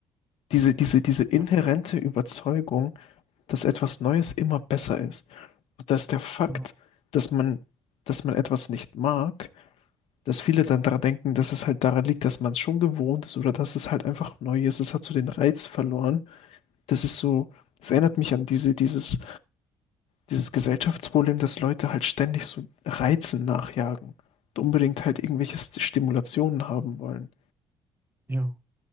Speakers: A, on the left; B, on the right.
A: Diese, diese, diese inhärente
B: Ja.
A: Überzeugung, dass etwas Neues immer besser ist. dass der Fakt,
B: Genau.
A: dass man, dass man etwas nicht mag, dass viele dann daran denken, dass es halt daran liegt, dass man es schon gewohnt ist oder dass es halt einfach neu ist. Es hat so den Reiz verloren. Das ist so, das erinnert mich an diese, dieses, dieses Gesellschaftsproblem, dass Leute halt ständig so Reizen nachjagen und unbedingt halt irgendwelche St- Stimulationen haben wollen.
B: Ja.